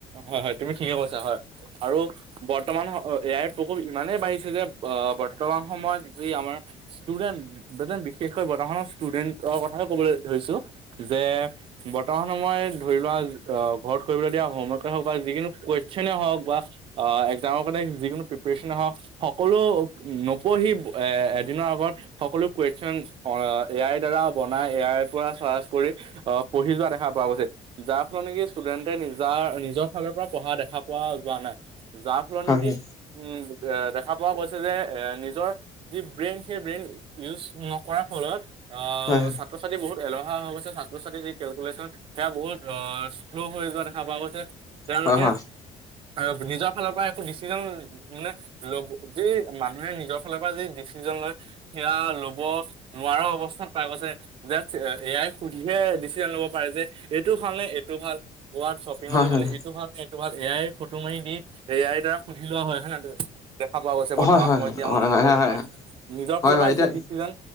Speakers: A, on the right; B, on the left.
A: হয়, হয়, তুমি ঠিকে কৈছা হয়। আৰু বৰ্তমান এ আইৰ প্ৰকোপ ইমানেই বাঢ়িছে যে আহ বৰ্তমান সময়ত যি আমাৰ ষ্টুডেন্ট যেনে বিশেষকৈ বৰ্তমানৰ ষ্টুডেন্টৰ কথা কবলৈ ধৰিছো যে বৰ্তমান সময় ধৰি লোৱা অ, ঘৰত কৰিবলৈ দিয়া হমৱৰ্ক- বা যোকোনো কুৱেচনে হওক বা একজামৰ যিকোনো প্ৰিপেৰেচন সকলো নপঢ়ি এদিনৰ আগত সকলো কুৱেশন এ আইৰ দাৰা বনাই পৰা চাৰ্চ কৰি আহ পঢ়ি যোৱা দেখা পোৱা গৈছে যাৰ ফলত নেকি ষ্টুডেণ্টে নিজা নিজৰ ফালৰ পৰা পঢ়া দেখা পোৱা যোৱা নাই, যাৰ ফলত
B: হয়
A: নেকি উম দেখা পোৱা গৈছে যে নিজৰ যি ব্ৰেইন সেই ব্ৰেইন ইউজ নকৰাৰ ফলত অ,
B: হয়
A: ছাত্ৰ-ছাত্ৰী বহুত এলে হুৱা হৈ গৈছে ছাত্ৰ-ছাত্ৰীৰ যি কেলকুলেশ্যন সেয়া বহুত অ শ্ল' হৈ যোৱা দেখা পোৱা গৈছে। তেওঁলোকে
B: হয় হয়।
A: আ, নিজৰ ফালৰ পৰা একো ডিচিজন মানে ল'ব যি মানুহে নিজৰ ফালৰ পৰা যি ডিচিজন লয় সেয়া লব ব নোৱাৰা অৱস্থাত পাই গৈছে! ডেটছ এয়াই সুধিহে ডিচিঅন ল'ব পাৰে যে, এইটো ভাল নে এইটো ভাল। ক'ৱাত শ্বপিং
B: হয়
A: অলে
B: হয়
A: গ'লে এইটো ভাল নে এইটো ভাল, এয়াই ফটো মাৰি দি এ আই দাৰা সুধি লোৱা হয় নহয়? দেখা পোৱা গৈছে বৰ্তমান
B: হয় হয় হয় হয়
A: সময়ত যি আমাৰ নৱপ্ৰজন্মই,
B: হয় হয় হয় হয় হয়
A: নিজৰ
B: হয়
A: ফালৰ
B: হয়
A: পৰা
B: এতিয়া
A: যি ডিচিজন